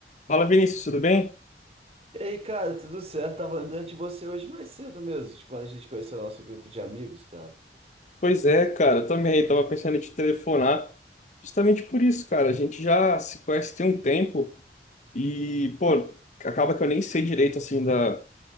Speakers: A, on the left; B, on the right.
A: Fala, Vinícius, tudo bem?
B: E aí, cara, tudo certo? Tava lembrando de você hoje mais cedo mesmo, de quando a gente conheceu o nosso grupo de amigos, cara.
A: Pois é, cara, também tava pensando em te telefonar justamente por isso, cara. A gente já se conhece tem um tempo e, pô, acaba que eu nem sei direito, assim, da...